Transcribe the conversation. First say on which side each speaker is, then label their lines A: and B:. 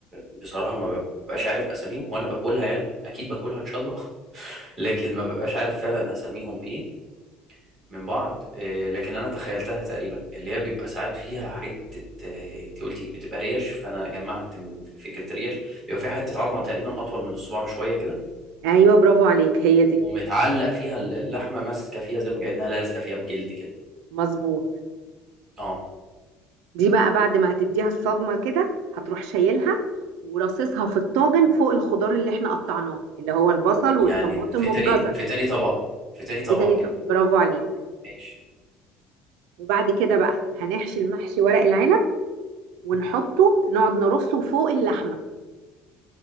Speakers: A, on the right; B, on the right.
A: بصراحه ما ببقاش عارف اساميهم هو انا باكلها يعني اكيد باكلها ان شاء الله <laughs> لكن ما ببقاش عارف فعلا اساميهم ايه من بعض آه، لكن انا تخيلتها تقريبا اللي هي بيبقى ساعات فيها حته آه، انت قلتي بتبقى ريش فانا جمعت من فكره ريش بيبقى فيها حته عظمه تقريبا اطول من الصباع بشويه كده
B: ايوه برافو عليك هي دي
A: ومتعلق فيها اللحمه ماسكه فيها زي ما كانها لازقه فيها بجلد كده
B: مظبوط
A: اه
B: دي بقى بعد ما هتديها الصدمة كده هتروح شايلها ورصصها في الطاجن فوق الخضار اللي احنا قطعناه اللي هو البصل
A: يعني
B: والطماطم
A: في تاني
B: والجزر
A: في تاني طبقه في تاني طبقه
B: في تاني
A: كده
B: طبق برافو عليك
A: ماشي
B: وبعد كده بقى هنحشي المحشي ورق العنب ونحطه نقعد نرصه فوق اللحمة